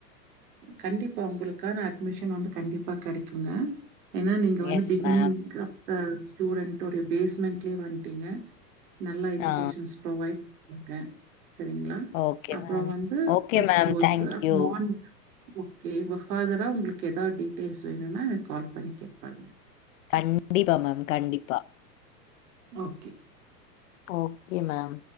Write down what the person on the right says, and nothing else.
கண்டிப்பா உங்களுக்கான அட்மிஷன் வந்து கண்டிப்பா கெடைக்குங்க ஏன்னா நீங்க வந்து
பிகினிங்
ஸ்டூடெண்டோடைய பேஸ்மெண்ட்லயே வண்ட்டீங்க நல்லா எஜுகேஷன்ஸ்
ப்ரொவைட் பண்ணுவாங்க சரிங்களா
அப்பறோ
வந்து
Sports
uh
Mornings okay ஃபாதரா உங்களுக்கு ஏதாவது டீட்டெயில்ஸ் வேணும்னா எனக்கு கால் பண்ணி கேப்பாருங்க
ஓகே